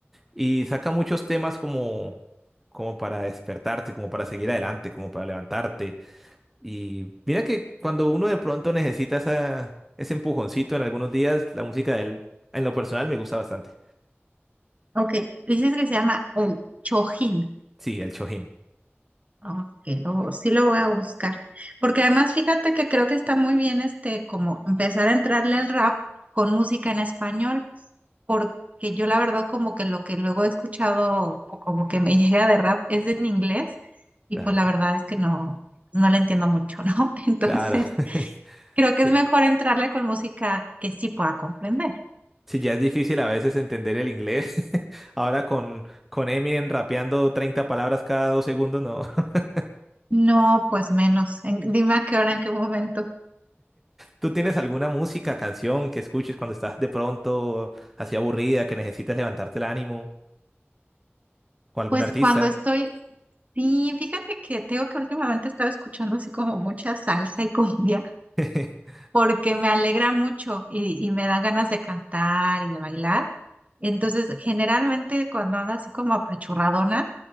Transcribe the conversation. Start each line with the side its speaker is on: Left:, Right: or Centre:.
Centre: Y saca muchos temas como, como para despertarte, como para seguir adelante, como para levantarte. Y mira que cuando uno de pronto necesita esa, ese empujoncito en algunos días, la música de él, en lo personal, me gusta bastante.
Right: Ok, dices que se llama El Chojín.
Centre: Sí, el chojin
Right: Ok, lo- sí lo voy a buscar. Porque además fíjate que creo que está muy bien este como empezar a entrarle al rap con música en español, porque yo la verdad como que lo que luego he escuchado o como que me <laughs> llega de rap es en inglés y
Centre: Claro,
Right: pues la verdad es que no, no le entiendo mucho, ¿no? <laughs> Entonces
Centre: claro.
Right: creo
Centre: <laughs>
Right: que es
Centre: si
Right: mejor entrarle con música que sí pueda comprender.
Centre: sí, ya es difícil a veces entender el inglés, <laughs> ahora con, con Eminem rapeando 30 palabras cada dos segundos, no. <laughs>
Right: No, pues menos. En- dime a qué hora, en qué momento.
Centre: ¿Tú tienes alguna música, canción que escuches cuando estás de pronto así aburrida, que necesitas levantarte el ánimo? ¿O algún
Right: Pues
Centre: artista?
Right: cuando estoy, sí, fíjate que tengo que últimamente he estado escuchando así como mucha salsa y <laughs> cumbia,
Centre: <laughs>
Right: porque me alegra mucho y, y me dan ganas de cantar y de bailar. Entonces, generalmente cuando ando así como apachurradona,